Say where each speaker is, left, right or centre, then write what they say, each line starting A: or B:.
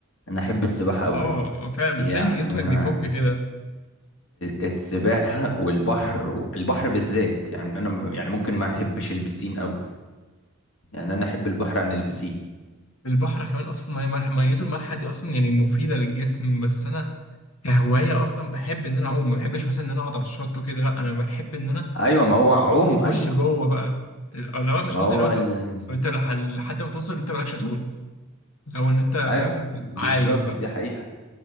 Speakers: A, on the left (about 65°); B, on the left (about 85°).
A: انا احب السباحة قوي
B: اه فعلا
A: يعني
B: بتلاقي جسمك
A: انا
B: بيفك كده
A: السباحة والبحر البحر بالذات يعني انا م- يعني ممكن ما احبش البسين قوي يعني انا احب البحر عن البسين
B: البحر كمان اصلا ميه ملح ميته المالحه دي اصلا يعني مفيده للجسم بس انا كهوايه اصلا بحب ان انا اعوم ما بحبش مثلا ان انا اقعد على الشط وكده لا انا بحب ان انا
A: ايوه ما هو
B: اعوم
A: اعوم
B: واخش
A: ايوه
B: جوه بقى ال- لا مش
A: ما
B: قصدي
A: هو
B: لو ت-
A: ال...
B: انت لح- لحد ما توصل انت مالكش طول لو ان انت فاهم
A: ايوه بالظبط
B: عايم بقى
A: دي حقيقة